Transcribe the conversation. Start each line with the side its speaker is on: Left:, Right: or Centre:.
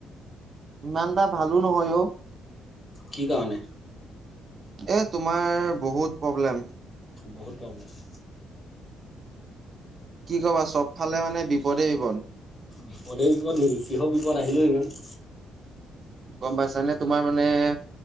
Right: ইমানটা ভালো নহয় অ।
Left: কি কাৰণে?
Right: এ তোমাৰ বহুত প্ৰব্লেম।
Left: বহুত প্ৰব্লেম
Right: কি কবা চবফালে মানে বিপদে বিপদ
Left: বিপদে বিপদ নেকি কিহৰ বিপদ আহিলেও ইমান
Right: গম পাইছানে তোমাৰ মানে-